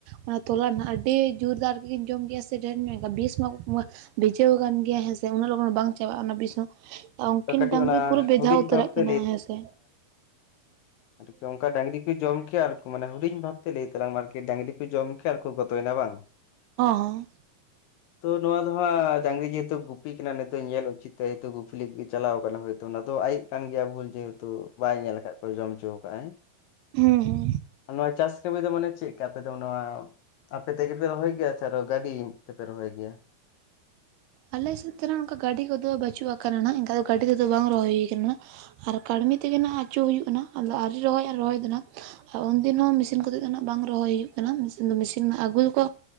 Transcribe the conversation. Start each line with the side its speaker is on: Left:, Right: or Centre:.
Right: ᱚᱱᱟ ᱛᱚᱞᱟ ᱱᱟᱦᱟᱸᱜ ᱟᱰᱤ ᱡᱩᱨᱫᱟᱨ ᱛᱤᱠᱤᱱ ᱡᱚᱢ ᱠᱮᱜ-ᱟ ᱥᱮ ᱰᱷᱮᱨ ᱧᱚᱜ ᱮᱱᱠᱷᱟᱡ ᱵᱤᱥ ᱢᱟᱠᱚ ᱢᱟᱼᱼ ᱵᱷᱤᱡᱟᱹᱣ ᱠᱟᱱ ᱜᱮᱭᱟ ᱦᱮᱸ ᱥᱮ ᱩᱱᱟᱹᱜ ᱞᱚᱜᱚᱱ ᱵᱟᱝ ᱪᱟᱵᱟᱜ-ᱟ ᱚᱱᱟ ᱵᱤᱥ ᱦᱚᱸᱼᱼ ᱟᱻ ᱩᱱᱠᱤᱱ
Left: ᱛᱚ ᱠᱟᱹᱴᱤᱡ
Right: ᱰᱟᱝᱨᱤ
Left: ᱚᱱᱟ
Right: ᱯᱩᱨᱟᱹ ᱵᱷᱮᱷᱟᱣ
Left: ᱦᱩᱰᱤᱧ
Right: ᱩᱛᱟᱹᱨᱟᱜ
Left: ᱵᱷᱟᱵᱛᱮ
Right: ᱠᱤᱱᱟᱹ ᱦᱮᱸ ᱥᱮ᱾
Left: ᱟᱨ ᱪᱚ ᱚᱝᱠᱟ ᱰᱟᱝᱨᱤᱼᱼ ᱡᱚᱢ ᱠᱮᱜ-ᱟ ᱟᱨ ᱠᱚ ᱢᱟᱱᱮ ᱦᱩᱰᱤᱧ ᱵᱷᱟᱵᱽ ᱛᱮ ᱞᱟᱹᱭ ᱛᱟᱞᱟᱝ ᱟᱨᱠᱤ ᱰᱟᱹᱝᱨᱤ ᱠᱚ ᱡᱚᱢ ᱠᱮᱜ ᱟᱨ ᱠᱚ ᱜᱚᱛᱚ ᱭᱮᱱᱟ ᱵᱟᱝ?
Right: ᱚᱸ ᱦᱚᱸ᱾
Left: ᱛᱚ ᱱᱚᱣᱟ ᱫᱚ ᱦᱟᱸᱜ ᱟᱻ ᱰᱟᱝᱨᱤ ᱡᱮ ᱦᱮᱛᱩ ᱜᱩᱯᱤ ᱠᱟᱱᱟ ᱱᱩᱭ ᱛᱚ ᱧᱮᱞ ᱩᱪᱤᱛ ᱛᱟᱭ ᱛᱚ ᱜᱩᱯᱤ ᱞᱟᱹᱜᱤᱫ ᱪᱟᱞᱟᱣ ᱠᱟᱱᱟᱭ ᱦᱚᱭᱛᱚ ᱚᱱᱟ ᱫᱚ ᱟᱡᱼᱼ ᱠᱟᱱ ᱜᱮᱭᱟ ᱵᱷᱩᱞ ᱡᱮ ᱦᱮᱛᱩ ᱵᱟᱭ ᱧᱮᱞ ᱠᱟᱜ ᱠᱚᱣᱟᱭ ᱡᱚᱢ ᱪᱩᱣ ᱠᱟᱜ-ᱟᱭ᱾
Right: ᱦᱩᱸ ᱦᱩᱸ᱾
Left: ᱱᱚᱣᱟ ᱪᱟᱥ ᱠᱟᱹᱢᱤ ᱫᱚ ᱢᱟᱱᱮ ᱪᱮᱜ ᱠᱟ ᱟᱯᱮ ᱫᱚ ᱱᱚᱣᱟᱼᱼ ᱟᱯᱮ ᱛᱮᱜᱮ ᱯᱮ ᱨᱚᱦᱚᱭ ᱜᱮᱭᱟ ᱥᱮ ᱟᱨᱚ ᱜᱟᱹᱰᱤ ᱛᱮᱯᱮ ᱨᱚᱦᱚᱭ ᱜᱮᱭᱟ?
Right: ᱟᱞᱮ ᱥᱮᱫ ᱛᱮ ᱱᱟᱜ ᱱᱚᱝᱠᱟ ᱜᱟᱹᱰᱤ ᱠᱚᱫᱚ ᱵᱟᱹᱪᱩᱜ ᱟᱠᱟᱱᱟ ᱱᱟᱦᱟᱸᱜ ᱮᱱᱠᱟ ᱫᱚ ᱜᱟᱹᱰᱤ ᱛᱮᱫᱚ ᱵᱟᱝ ᱨᱚᱦᱚᱭ ᱦᱩᱭ ᱠᱟᱱᱟ᱾ ᱟᱨ ᱠᱟᱲᱢᱤ ᱛᱮᱜᱮ ᱱᱟᱦᱟᱸᱜ ᱟᱹᱪᱩ ᱦᱩᱭᱩᱜ ᱠᱟᱱᱟ ᱟᱫᱚ ᱟᱣᱨᱤ ᱨᱚᱦᱚᱭᱚᱜ-ᱟ ᱨᱚᱦᱚᱭ ᱫᱚ ᱱᱟᱦᱟᱸᱜ᱾ ᱦᱚᱸ ᱩᱱ ᱫᱤᱱ ᱦᱚᱸ ᱢᱤᱥᱤᱱ ᱠᱚᱛᱮ ᱫᱚ ᱱᱟᱦᱟᱸᱜ ᱵᱟᱝ ᱨᱚᱦᱚᱭ ᱦᱩᱭᱩᱜ ᱠᱟᱱᱟ ᱢᱤᱥᱤᱱ ᱫᱚ ᱢᱤᱥᱤᱱ ᱟᱜᱩ ᱟ ᱠᱚᱼᱼ